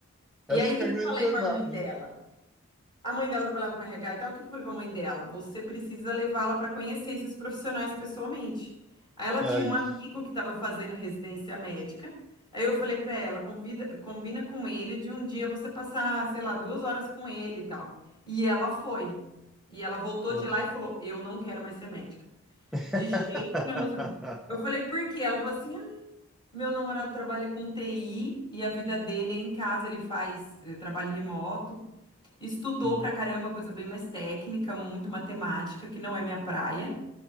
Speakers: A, on the left; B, in the centre.
A: E
B: essa
A: aí, o
B: que
A: que
B: é
A: que
B: a grande
A: eu falei
B: verdade.
A: para a mãe dela?
B: né?
A: A mãe dela trabalhava com RH e tal. O que que eu falei pra mãe dela? Você precisa levá-la para conhecer esses profissionais pessoalmente. Aí ela
B: É
A: tinha um
B: isso.
A: amigo que estava fazendo residência médica. Aí eu falei pra ela, convida, combina com ele de um dia você passar, sei lá, duas horas com ele e tal. E ela foi. E ela voltou
B: Nossa.
A: de lá e falou: Eu não quero mais ser médica.
B: <laughs>
A: De jeito nenhum, eu vou ser médica. Eu falei: Por quê? Ela falou assim: "Ah, meu namorado trabalha com TI e a vida dele é em casa, ele faz eh, trabalho remoto. Estudou
B: Uhum.
A: pra caramba, coisa bem mais técnica, muito matemática, que não é minha praia,